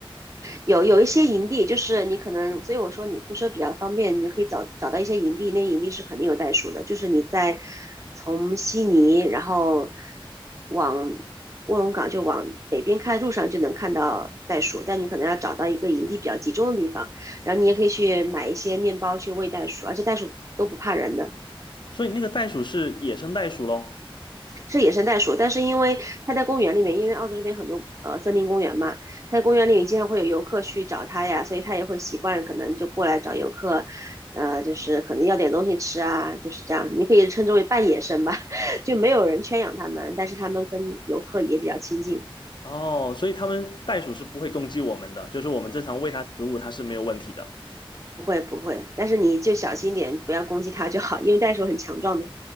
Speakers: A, on the right (about 35°); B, on the left (about 55°).
A: 有有一些营地，就是你可能，所以我说你租车比较方便，你可以找找到一些营地，那营地是肯定有袋鼠的，就是你在从悉尼，然后往卧龙岗就往北边开的路上就能看到袋鼠，但你可能要找到一个营地比较集中的地方，然后你也可以去买一些面包去喂袋鼠，而且袋鼠都不怕人的。
B: 所以那个袋鼠是野生袋鼠喽？
A: 是野生袋鼠，但是因为它在公园里面，因为澳洲这边很多呃森林公园嘛，它在公园里面经常会有游客去找它呀，所以它也会习惯可能就过来找游客，呃，就是可能要点东西吃啊，就是这样，你可以称之为半野生吧，<laughs> 就没有人圈养它们，但是它们跟游客也比较亲近，
B: 哦，所以他们袋鼠是不会攻击我们的，就是我们正常喂它食物，它是没有问题的。
A: 不会不会，但是你就小心点，不要攻击它就好，因为袋鼠很强壮的，